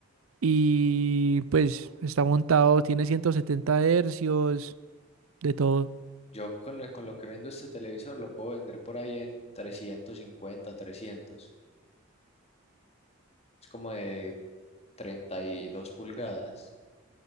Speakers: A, on the right; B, on the left.
A: y pues está montado, tiene 170 hercios, de todo,
B: yo con lo, con lo que vendo este televisor lo puedo vender por ahí en 350, 300. Es como de 32 pulgadas.